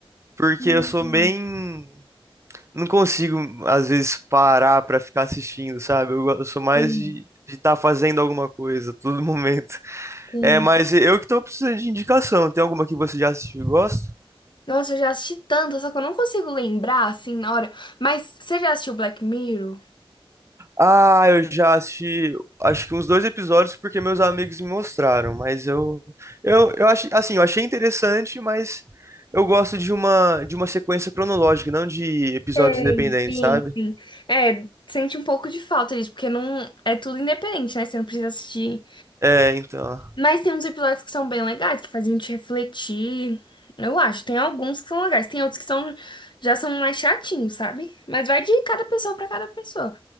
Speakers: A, on the right; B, on the left.
A: Porque
B: Sim,
A: eu sou bem. Não consigo, às vezes, parar pra ficar assistindo, sabe? Eu, go- eu sou mais
B: sim,
A: de estar fazendo alguma coisa a todo momento.
B: sim.
A: É, mas eu que tô precisando de indicação. Tem alguma que você já assistiu e gosta?
B: Nossa, eu já assisti tanto, só que eu não consigo lembrar assim na hora. Mas você já assistiu Black Mirror?
A: Ah, eu já assisti, acho que uns dois episódios porque meus amigos me mostraram, mas eu eu, eu acho assim, eu achei interessante, mas eu gosto de uma de uma sequência cronológica, não de episódios
B: Sei,
A: independentes,
B: sim,
A: sabe?
B: sim. É, sente um pouco de falta disso, porque não é tudo independente, né? Você não precisa assistir.
A: É, então,
B: Mas tem uns episódios que são bem legais, que fazem a gente refletir. Eu acho, tem alguns que são legais, tem outros que são já são mais chatinhos, sabe? Mas vai de cada pessoa pra cada pessoa.